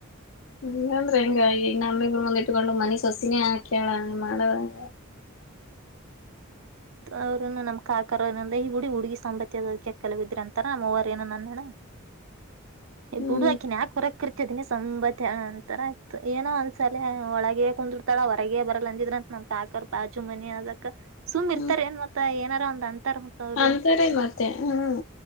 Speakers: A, on the left (about 65°); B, on the right (about 70°).
A: ಹಿಂಗಂದ್ರೆ ಹಿಂಗ ಇ ನಮ್ಮಿಗರು ಮುಂದ್ ಇಟ್ಕೊಂಡು ಮನೆ ಸೊಸೆ ಹೊಸಿನೇ ಆಕೆಯಲ್ಲ ಮಾಡಳವಾ
B: ಅವರುನು ನಮ್ ಕಾಕರಂದ ಈ ಹುಡಿ ಹುಡುಗಿ ಸಾಂಬತ್ಯ ಅದಕ್ಕೆ ಕೆಲ ಬಿದ್ರ ಅಂತಾರ ನಮ್ಮವರು ಏನೋ ನಂದಣ್ಣ ಏಬಿಡು
A: ಹ್ಮ್
B: ಆಕೆನ ಯಾಕೆ ಹೊರಕ್ಕೆ ಕರಿ ಇ ದಿನಿ ಸಂಂಬತ್ತಂತರ ಆಯತು ಏನೋ ಒಂದ್ಸಲ ಒಳಗೆ ಕುಂದರ್ತಾಳ ಹೊರಗೆ ಬರಲ್ಲ ಅಂದಿದ್ರಂತ ನಮ್ ಕಾಕರ್ ಬಾಜು ಮನಿ ಅದಕ್ಕ ಸುಮ್ ಇರ್ತಾರ
A: ಹ್ಮ್
B: ಏನ್ ಮತ್ತೆ ಏನಾದರೂ ಒಂದು ಅಂತರ ಅವರು
A: ಅಂತಾರೆ ಮತ್ತೆ ಹ್ಮ್